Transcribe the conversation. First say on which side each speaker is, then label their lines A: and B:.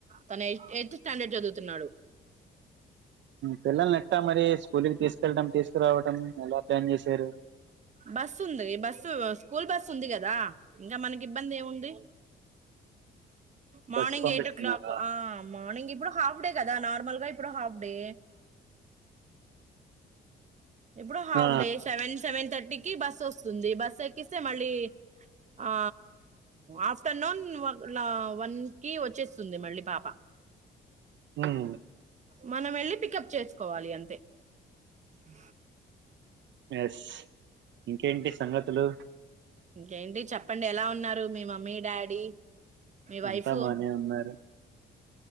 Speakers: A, on the right (about 35°); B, on the right (about 65°).
A: తన ఎయి ఎయిత్ స్టాండర్డ్ చదువుతున్నాడు
B: పిల్లల్ని ఎట్టా మరి స్కూల్కి తీసుకెళ్లటం తీసుకురావటం ఎలా ప్లాన్ చేశారు
A: బస్సు ఉంది బస్సు స్కూల్ బస్ ఉంది కదా ఇంకా మనకి ఇబ్బంది ఏం ఉంది మార్నింగ్
B: బస్ కి పంపిస్తున్నారా
A: ఎయిట్ ఓ క్లాక్ మార్నింగ్ ఇప్పుడు హఫ్ డే కదా నార్మల్గా ఇప్పుడు హఫ్ డే ఎప్పుడు half
B: ఆ
A: day seven seven thirty కి బస్ వస్తుంది బస్ ఎక్కిస్తే మళ్ళీ ఆ ఆఫ్టర్నూన్ వన్ కి వచ్చేస్తుంది మళ్ళీ పాప
B: హు మ్
A: మనం వెళ్ళి పికప్ చేసుకోవాలి అంతే అ
B: ఎస్ ఇంకేంటి సంగతులు
A: ఇంకేంటి చెప్పండి ఎలా ఉన్నారు మీ మమ్మీ డాడీ మీ వైఫ్
B: అంతా బానే ఉన్నారు